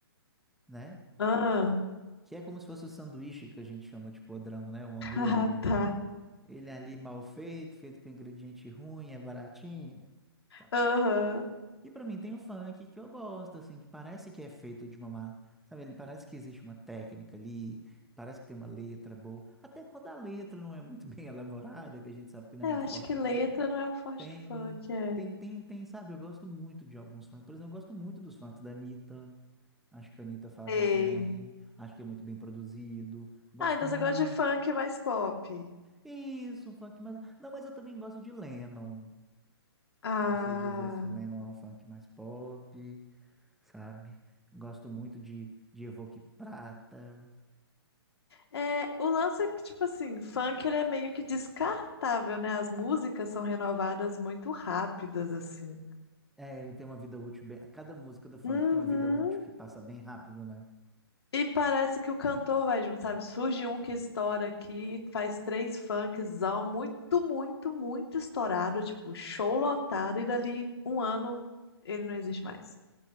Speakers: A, in the centre; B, on the left.
A: né?
B: Ah,
A: Que é como se fosse o sanduíche que a gente chama de podrão, né? O hambúrguer.
B: <laughs> ah, tá.
A: Ele é ali mal feito, feito com ingrediente ruim, é baratinho. Tá.
B: Aham.
A: E pra mim tem o funk que eu gosto, assim, que parece que é feito de uma, ma- sabe, ele parece que existe uma técnica ali, parece que tem uma letra boa, até quando a letra não é muito <laughs> bem elaborada, que a gente sabe que não
B: É,
A: é muito
B: Eu acho
A: forte
B: que
A: no
B: letra
A: funk,
B: não é o forte
A: Tem,
B: do funk, é.
A: tem, tem, tem, sabe? Eu gosto muito de alguns funks. Por exemplo, eu gosto muito dos funks da Anitta. Acho que a Anitta faz
B: Ei.
A: muito bem. Acho que é muito bem produzido. Gosto
B: Ah, então
A: muito.
B: você gosta de funk mais pop.
A: Isso, um funk mais. Não, mas eu também gosto de Lennon.
B: Ah.
A: Não sei dizer se o Lennon é um funk mais pop, sabe? Gosto muito de, de Evoque Prata.
B: É, o lance é que, tipo assim, funk ele é meio que descartável, né? As músicas são renovadas muito rápidas, assim.
A: É, ele tem uma vida útil bem. Cada música do funk
B: Uhum.
A: tem uma vida útil que passa bem rápido, né?
B: E parece que o cantor vai junto, sabe? Surge um que estoura aqui, faz três funkzão, muito, muito, muito estourado, tipo, show lotado, e dali um ano ele não existe mais.